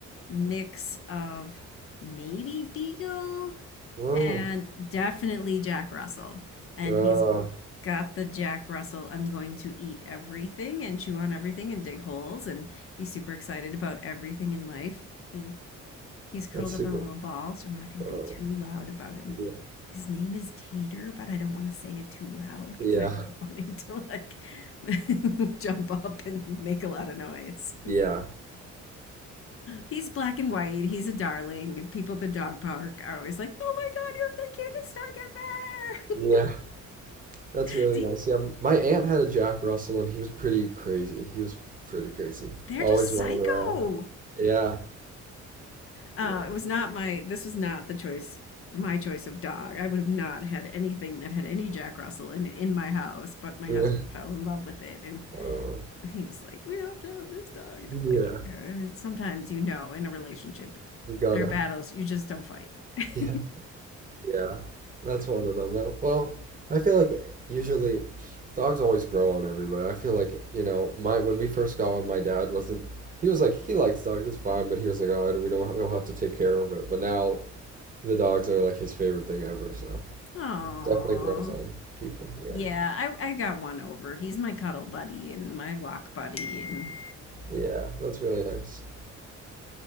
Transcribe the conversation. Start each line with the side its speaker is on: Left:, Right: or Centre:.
Left: mix of maybe Beagle
Right: Oh,
Left: and definitely Jack Russell. And
Right: oh,
Left: he's got the Jack Russell, I'm going to eat everything and chew on everything and dig holes and be super excited about everything in life. And he's curled
Right: that's super.
Left: up in a little ball, so I'm not going to
Right: Oh,
Left: be too loud about him.
Right: yeah,
Left: His name is Tater, but I don't want to say it too loud because
Right: yeah,
Left: I don't <laughs> want him to like <laughs> jump up and make a lot of noise.
Right: yeah,
Left: He's black and white. He's a darling. and People at the dog park are always like, "Oh my God, you have the cutest dog
Right: yeah. That's
Left: ever!"
Right: really nice. Yeah, m- my aunt had a Jack Russell, and he was pretty crazy. He was pretty crazy,
Left: <laughs> They're
Right: always
Left: just
Right: running
Left: psycho.
Right: around. Yeah.
Left: Uh,
Right: yeah.
Left: it was not my. This was not the choice. My choice of dog. I would have not had anything that had any Jack Russell in in my house, but my
Right: <laughs>
Left: husband fell in love with it, and
Right: Oh,
Left: he was like, "We have to have this dog." And
Right: yeah,
Left: I'm like, uh, "Sometimes you know, in a relationship,
Right: you gotta.
Left: there are battles you just don't fight." <laughs>
Right: yeah. Yeah, that's one of them. Uh, Well, I feel like usually dogs always grow on everybody. I feel like, you know, my when we first got one, my dad wasn't he was like he likes dogs, it's fine, but he was like, "Oh, we don't we'll have to take care of it." But now the dogs are like his favorite thing ever, so
Left: Aww.
Right: it definitely grows on people. Yeah.
Left: Yeah, I, I got one over. He's my cuddle buddy and my walk buddy. And
Right: Yeah, that's really nice.